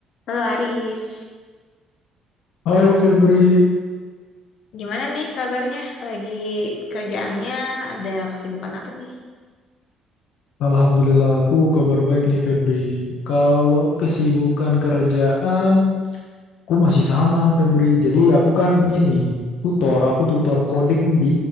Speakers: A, on the left (about 65°); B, on the left (about 75°).
A: Halo Aris,
B: Hai Febri,
A: gimana nih kabarnya? Lagi kerjaannya ada kesibukan apa nih?
B: Alhamdulillah aku kabar baik nih Febri. Kalau kesibukan kerjaan, aku masih sama Febri. Jadi aku kan ini tutor, aku tutor coding di